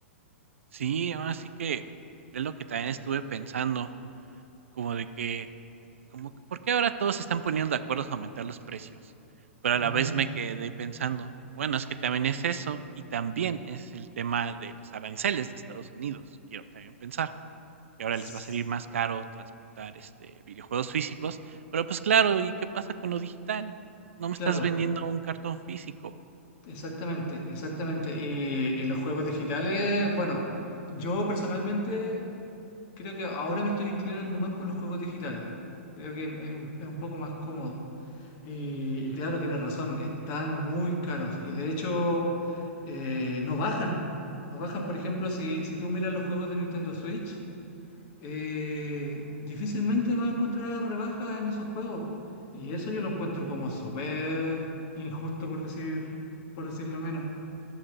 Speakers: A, on the right (about 75°); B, on the left (about 45°).
A: Sí, así que es lo que también estuve pensando, como de que como que, ¿por qué ahora todos se están poniendo de acuerdo a aumentar los precios? Pero
B: Ujú.
A: a la vez me quedé pensando, bueno, es que también es eso y también es el tema de los aranceles de Estados Unidos. Quiero también pensar que ahora
B: S-
A: les va a salir más caro transportar este videojuegos físicos, pero pues claro, ¿y qué pasa con lo digital? No me estás
B: Claro,
A: vendiendo un cartón físico.
B: exactamente, exactamente. Y, y los juegos digitales, bueno, yo personalmente creo que ahora me estoy inclinando más por los juegos digitales. Creo que es un, es un poco más cómodo. Y, y claro, tienes razón, están muy caros y de hecho eh,
A: Ujú.
B: no bajan. No bajan, por ejemplo, si, si tú miras los juegos de Nintendo Switch, eh, difícilmente vas a encontrar rebaja en esos juegos. Y eso yo lo encuentro como súper injusto, por decir, por decirlo menos.